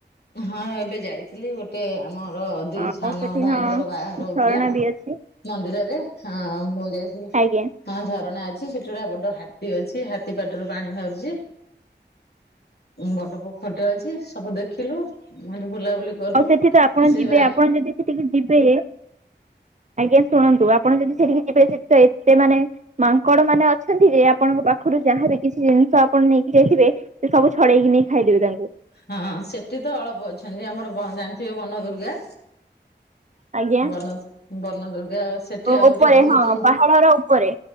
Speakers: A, on the left (about 60°); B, on the right (about 40°).
A: ହଁ ଏବେ ଯାଇଥିଲି ଗୋଟେ ଆମର ଦି
B: ଆଉ
A: ସାନ
B: ସେଠି
A: ଭାଇଙ୍କର
B: ହଁ
A: ବାହାଘର ହହୁଥିଲା
B: ଝରଣା ବି ଅଛି।
A: ମନ୍ଦିରରେ ହଁ ମୁଁ ଯାଇଥିଲି।
B: ଆଜ୍ଞା
A: ହଁ ଝରଣା ଅଛି ସେଠି ଗୋଟ ହାତୀ ଅଛି ହାତୀ ପାଟରୁ ପାଣି ବାହାରୁଚି। ବଡ ପୋଖରୀରେଟେ ଅଛି ସବୁ ଦେଖିଲୁ ମୁହେଟି ବୁଲାବୁଲି କଲୁ।
B: ଆଉ ସେଠିତ ଆପଣ
A: ସେ
B: ଯିବେ
A: ବା
B: ଆପଣ ଯଦି ସେଠିକି ଯିବେ ଆଜ୍ଞା ଶୁଣନ୍ତୁ ଆପଣ ଯଦି ସେଠିକି ଯିବେ ସେଠିତ ଏତେ ମାନେ ମାଙ୍କଡ଼ ମାନେ ଅଛନ୍ତିଯେ ଆପଣଙ୍କ ପାଖରୁ ଯାହାବି କିଛି ଜିନିଷ ଆପଣ ନେଇକି ଯାଇଥିବେ ସେସବୁ ଛଡ଼େଇକି ନେଇ ଖାଇଦେବେ ତାଙ୍କୁ
A: ହଁ ସେଠିତ ଅଳ୍ପ ଅଛନ୍ତି ଆମର ଜାଣିଥିବେ ବନ ଦୁର୍ଗା?
B: ଆଜ୍ଞା
A: ବନ ବନ ଦୁର୍ଗା ସେଠି ଆହୁରି
B: ଉପରେ
A: ବହୁତ୍
B: ହଁ ପାହାଡର ଉପରେ